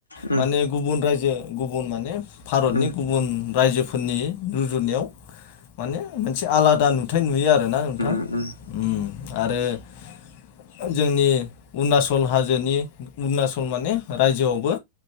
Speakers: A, on the left; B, on the left.
A: उम
B: माने गुबुन रायजो गुबुन माने भारतनि
A: उम
B: गुबुन रायजोफोरनि रुजुनायाव माने मोनसे आलादा नु थाय नुयो आरोना नोंथां।
A: ओम।
B: उम आरो जोंनि उरुणाचल हाजोनि अरुणाचल माने रायजोआवबो